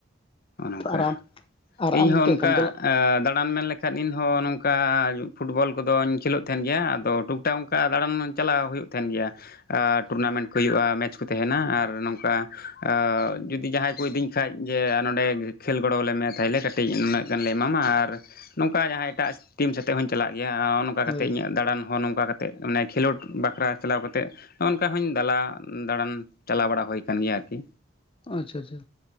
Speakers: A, on the left; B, on the left.
A: ᱚᱱᱚ ᱚᱝᱠᱟ
B: ᱟᱨ ᱟᱢ ᱟᱨ
A: ᱤᱧ
B: ᱟᱢ
A: ᱦᱚᱸ
B: ᱫᱚ ᱪᱮᱫ
A: ᱚᱱᱠᱟ
B: ᱞᱮᱠᱟᱢ ᱪᱟᱞᱟᱜ
A: ᱟᱸ ᱫᱟᱬᱟᱱ ᱢᱮᱱ ᱞᱮᱠᱷᱟᱱ ᱤᱧᱦᱚᱸ ᱱᱚᱝᱠᱟ ᱯᱷᱩᱴᱵᱚᱞ ᱠᱚᱫᱚᱧ ᱠᱷᱮᱞᱳᱜ ᱛᱟᱦᱮᱱ ᱜᱮᱭᱟ ᱟᱫᱚ ᱴᱩᱵ ᱚᱱᱠᱟ ᱫᱟᱬᱟᱱ ᱪᱟᱞᱟᱣ ᱦᱩᱭᱩᱜ ᱛᱟᱦᱮᱱ ᱜᱮᱭᱟ ᱟᱨ ᱴᱩᱨᱱᱟᱢᱮᱱᱴ ᱠᱚ ᱦᱩᱭᱩᱜᱼᱟ ᱢᱮᱪ ᱠᱚ ᱛᱟᱦᱮᱱᱟ ᱟᱨ ᱱᱚᱝᱠᱟ ᱟᱹᱻ ᱡᱩᱫᱤ ᱡᱟᱦᱟᱸᱭ ᱠᱚ ᱤᱫᱤᱧ ᱠᱷᱟᱡ ᱡᱮ ᱟᱨ ᱱᱚᱸᱰᱮ ᱠᱷᱮᱞ ᱜᱚᱲᱚ ᱟᱞᱮᱢᱮ ᱛᱟᱦᱚᱞᱮ ᱠᱟᱹᱴᱤᱡ ᱱᱩᱱᱟᱹᱜ ᱜᱟᱱᱞᱮ ᱮᱢᱟᱢᱟ ᱟᱨ ᱱᱚᱝᱠᱟ ᱡᱟᱦᱟᱸ ᱮᱴᱟᱜ ᱴᱤᱢ ᱥᱟᱛᱮᱜ ᱦᱚᱧ ᱪᱟᱞᱟᱜ ᱜᱮᱭᱟ ᱱᱚᱜ ᱱᱚᱝᱠᱟ ᱠᱟ
B: ᱦᱳᱭ
A: ᱠᱟᱛᱮᱜ ᱤᱧᱟᱹᱜ ᱫᱟᱬᱟᱱ ᱦᱚᱸ ᱱᱚᱝᱠᱟ ᱠᱟᱛᱮ ᱛᱮᱜ ᱢᱟᱱᱮ ᱠᱷᱮᱞᱳᱰ ᱵᱟᱠᱷᱨᱟ ᱪᱟᱞᱟᱣ ᱠᱟᱛᱮᱫ ᱱᱚᱜ ᱱᱚᱝᱠᱟ ᱦᱚᱧ ᱫᱟᱞᱟ ᱫᱟᱬᱟᱱ ᱪᱟᱞᱟᱣ ᱵᱟᱲᱟ ᱦᱩᱭ ᱟᱠᱟᱱ ᱜᱮᱭᱟ ᱟ. ᱨᱠᱤ
B: ᱟᱪᱪᱷᱟ ᱟᱪᱪᱷᱟ